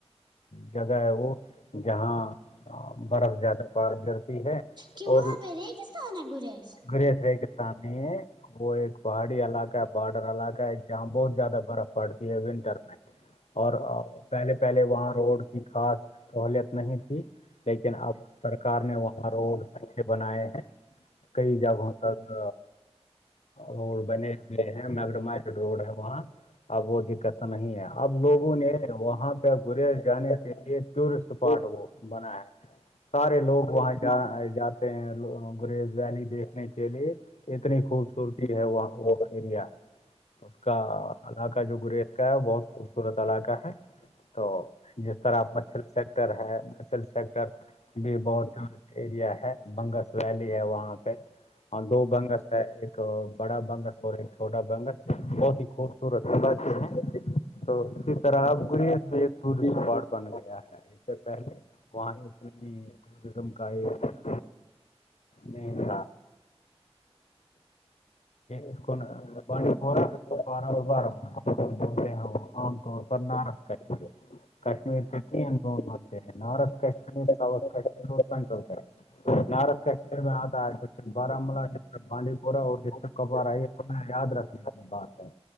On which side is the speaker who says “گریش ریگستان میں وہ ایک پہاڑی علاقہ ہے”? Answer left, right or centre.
Left